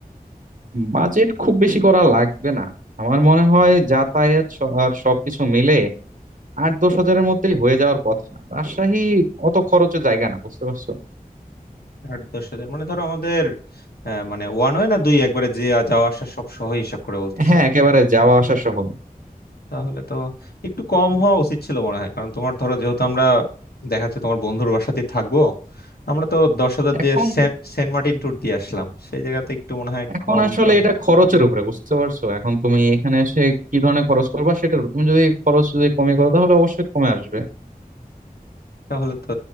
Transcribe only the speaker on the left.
আট দশ হাজার মানে ধরো আমাদের আহ, মানে ওয়ান ওয়ে না দুই একবারে যে আ- যাওয়া আসা সব সহ হিসাব করে বলতেছো
তাহলে তো একটু কম হওয়া উচিত ছিল মনে হয় কারণ তোমার ধরো যেহেতু আমরা দেখা যাচ্ছে তোমার বন্ধুর বাসাতেই থাকবো আমরা তো দশ হাজার
দিয়ে সেন্ট সেন্ট মার্টিন ট্যুর দিয়ে আসলাম সেই জায়গাতে একটু মনে হয়
কম
টম
তাহলে তো